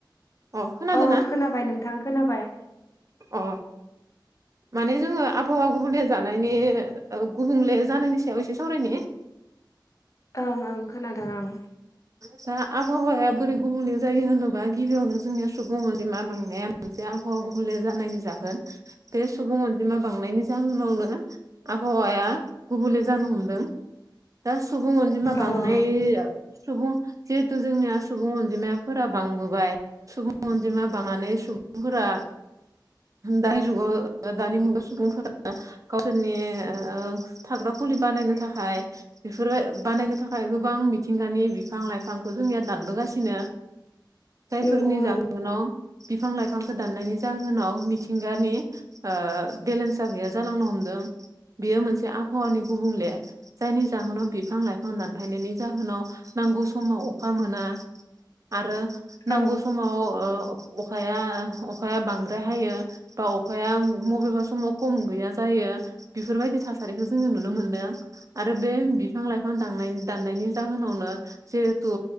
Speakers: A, on the right; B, on the left.
A: अ खोनादों
B: औ
A: ना?
B: खोनाबाय नोंथां खोनाबाय।
A: अ माने जोङो आबहावा गुबुंले जानायनि ओ गुबुंले जानायनि सायाव एसे सावरायनि।
B: ओं ओं खोनादों आं।
A: दा आबहावाया बोरै गुबुंले जायो होनोबा गिबियावनो जोंनिया सुबुं अनजिमा बांनाया मोनसे आबहावा गुबुंले जानायनि जाहोन बे सुबुं अनजिमा बांनायनि जाहोनावनो आबहावाया गुबुंले जानो हमदों दा सुबुं अनजिमा
B: औ
A: बांनाय सुबुं जिहेतु जोंनिया सुबुं अनजिमायाफोरा बांबोबाय। सुबुं अनजिमा बांनानै सुबुंफोरा दानि जुगाव ओ दानि मुगायाव सुबुंफोरा गावसोरनि ओ थाग्रा खुलि बानायनो थाखाय बेफोरबाय बानायनो थाखाय गोबां मिथिंगानि बिफां लाइफांखौ जोंनिया दानबोगासिनो।
B: <inaudible>
A: जायफोरनि जाहोनाव
B: ओं
A: बिफां लाइफांखौ दाननायनि जाहोनाव मिथिंगानि ओ बेलेन्सा गैया जालांनो हमदों बेयो मोनसे आबहावानि गुबुंले जायनि जाहोनाव बिफां लाइफां दानफायनायनि जाहोनाव नांगौ समाव अखा मोना। आरो नांगौ
B: औ
A: समाव ओ अखाया अखाया बांद्राय हायो बा अख खाया उम मबेबा समाव कम गैया जायो बेफोरबायदि थासारिखो जोङो नुनो मोनदों। आरो बे बिफां -लाइफां दांनाय <unintelligible> दाननायनि जाहोनावनो जिहेथु